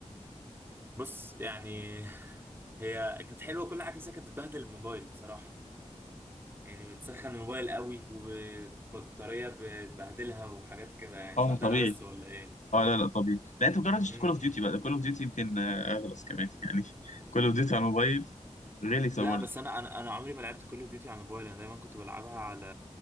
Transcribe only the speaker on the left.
اه
طبيعي
اه لا لا طبيعي لا انت مجربتش
كول اوف ديوتي بقى كول اوف ديوتي يمكن آه، اغلص كمان <laughs> يعني كول اوف ديوتي على الموبايل غلسه
برضه